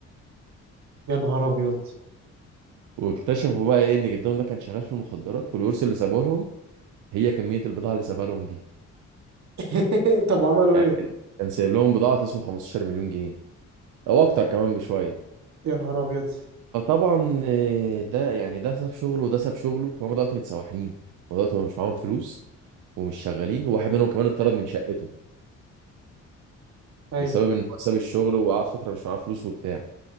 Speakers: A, on the right; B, on the right.
A: يا نهار ابيض
B: واكتشفوا بقى ايه ان جدهم ده كان شغال في المخدرات والورث اللي سابوه لهم هي كمية البضاعة اللي سابها لهم دي
A: <laughs> طب عملوا
B: يعني
A: ايه
B: كان كان سايب لهم بضاعة تسوى 15 مليون جنيه او اكتر كمان بشوية
A: يا نهار ابيض
B: فطبعا آه، ده يعني ده ساب شغله وده ساب شغله فهم دلوقتي متسوحين هم دلوقتي مش معاهم فلوس ومش شغالين وواحد منهم كمان اتطرد من شقته
A: ايوه
B: بسبب ان هو ساب الشغل وقعد فتره مش معاه فلوس وبتاع